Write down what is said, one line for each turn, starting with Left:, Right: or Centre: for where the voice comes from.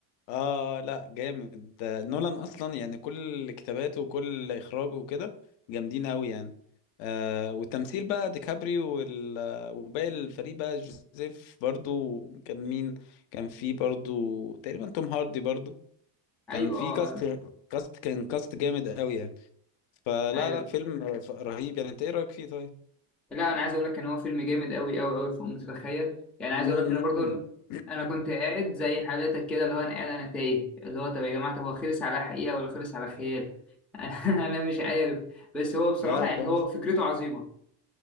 Left: اه لا جامد ده نولان اصلا يعني كل كتاباته وكل اخراجه وكده جامدين قوي يعني آه والتمثيل بقى ديكابريو وال- وباقي الفريق بقى جوزيف برضو كان مين كان في برضو تقريبا توم هاردي برضو
Centre: ايوه
Left: كان في
Centre: اه
Left: كاست
Centre: اه،
Left: كاست كان كاست جامد قوي يعني فلا
Centre: ايوه
Left: لا فيلم ف- رهيب يعني انت ايه رايك فيه طيب؟
Centre: لا انا عايز اقول لك ان هو فيلم جامد قوي قوي قوي فوق ما تتخيل يعني عايز
Left: <laughs>
Centre: اقول لك ان برضه انا كنت قاعد زي حالاتك كده اللي هو انا قاعد انا تايه اللي هو طب يا جماعه طب هو خلص على حقيقه ولا خلص على خيال <laughs> انا مش عارف بس هو بصراحه
Left: لا
Centre: يعني
Left: كان
Centre: هو فكرته عظيمه